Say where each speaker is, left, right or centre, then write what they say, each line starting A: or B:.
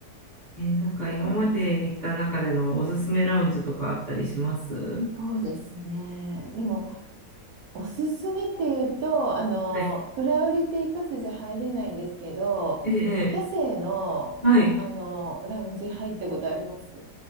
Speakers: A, on the right; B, on the right.
A: えーなんか今まで行った中でのおすすめラウンジとかあったりしますは
B: いやーそうですね。でも、おすすめっていうと、あの、
A: い。
B: プライオリティパスじゃ入れないんですけど、
A: ええ、ええ
B: キャセイの、
A: はい。
B: あの、ラウンジ入ったことあります